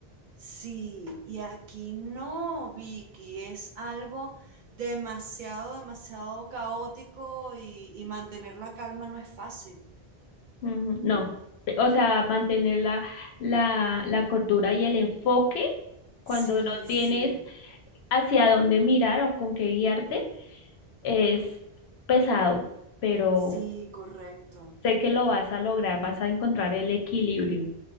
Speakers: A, on the right (about 55°); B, on the left (about 80°).
A: Sí, y aquí no, Vicky, es algo demasiado, demasiado caótico y, y mantener la calma no es fácil.
B: Ujú, No, te- o sea, mantener la, la, la cordura y el enfoque cuando
A: Sí,
B: no tienes
A: sí,
B: hacia dónde mirar o con qué guiarte es pesado, pero
A: sí, correcto.
B: sé que lo vas a lograr, vas a encontrar el equilibrio.